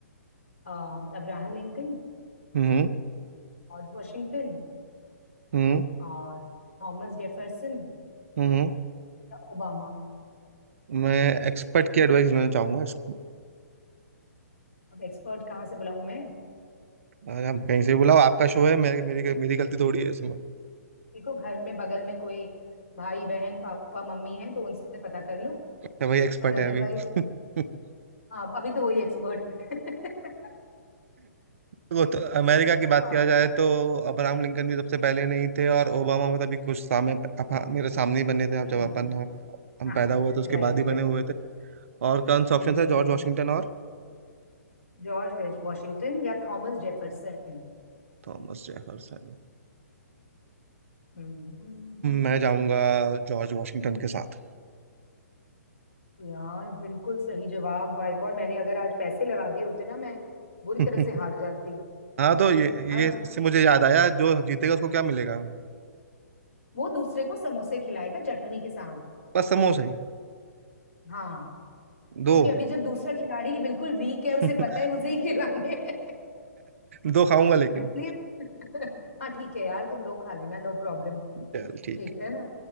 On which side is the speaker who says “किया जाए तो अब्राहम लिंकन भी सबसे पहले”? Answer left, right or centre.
Right